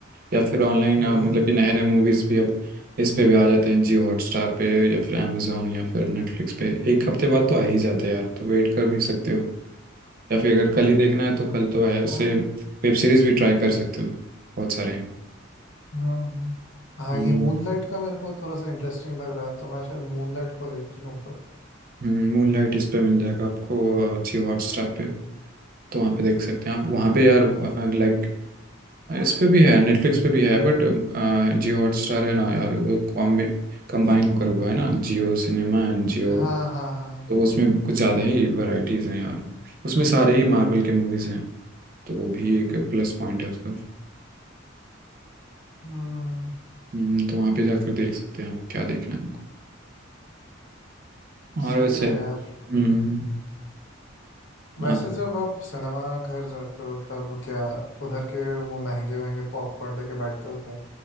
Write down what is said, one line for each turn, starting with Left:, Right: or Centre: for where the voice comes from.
Right: या फिर ऑनलाइन
Left: वही
Right: मतलब कि नए नए मूवीज भी अब इस पे भी आ जाते हैं जियो हॉटस्टार पे या फिर amazon या फिर नेटफ्लिक्स पे एक हफ्ते बाद तो आ ही जाते हैं यार तो वेट कर भी सकते हो या फिर अगर कल ही देखना है तो कल तो है ऐसे
Left: हाँ
Right: वेब सीरीज भी ट्राई कर सकते हो बहुत सारे हैं
Left: हाँ हाँ हाँ
Right: हम्म
Left: ये मूनलाइट का मेरे को थोड़ा सा इंटरेस्टिंग लग रहा है तो मैं शायद मूनलाइट को देख लूँ फिर
Right: मूनलाइट इस पे मिल जाएगा आपको अ, जियो हॉटस्टार पे तो वहाँ पे देख सकते हैं आप वहाँ
Left: हाँ
Right: पे यार लाइक इस पे भी है नेटफ्लिक्स पे भी है बट जियो हॉटस्टार है ना यार वो कॉम्बे कंबाइन होकर हुआ है ना जियो सिनेमा एंड जियो
Left: हाँ हाँ हाँ हाँ
Right: तो उसमें कुछ ज़्यादा ही वैरायटीज़ हैं यार उसमें सारे ही मार्वल के मूवीज़ हैं तो वो भी एक प्लस पॉइंट है उसका
Left: हम्म
Right: हम्म, तो वहाँ पे जाकर देख सकते हैं आपको क्या देखना है और
Left: सही
Right: वैसे
Left: है यार
Right: हम्म
Left: वैसे
Right: आप
Left: जब आप सिनेमा घर जाते हो तब क्या उधर के वो महंगे महंगे पॉपकॉर्न लेके बैठते हो क्या